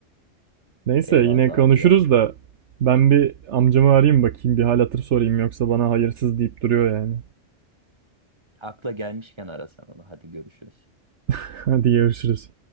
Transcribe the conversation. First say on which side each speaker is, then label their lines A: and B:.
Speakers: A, on the right; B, on the right.
A: Neyse
B: Eyvallah
A: yine konuşuruz
B: abi ya.
A: da ben bir amcamı arayayım bakayım bir hal hatır sorayım yoksa bana hayırsız deyip duruyor yani.
B: Akla gelmişken arasan onu. Hadi görüşürüz.
A: <laughs> Hadi görüşürüz.